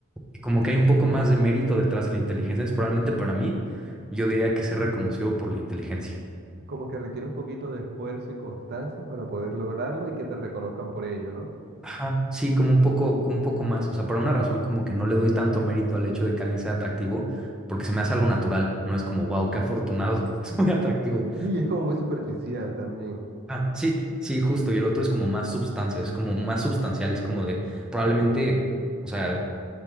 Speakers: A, in the centre; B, on the right.
A: Y como que hay un poco más de mérito detrás de la inteligencia. Es probablemente para mí, yo diría que ser reconocido por la inteligencia.
B: como que requiere un poquito de esfuerzo y constancia para poder lograrlo y que te reconozcan por ello, ¿no?
A: Ajá. Sí, como un poco, un poco más. O sea, por una razón como que no le doy tanto mérito al hecho de que alguien sea atractivo porque se me hace algo natural. No es como, wow, qué afortunado, <laughs> es muy atractivo.
B: Sí, es como muy superficial también.
A: Ah, sí, sí, justo. Y el otro es como más sustancia, es como más substancial, es como de probablemente, o sea,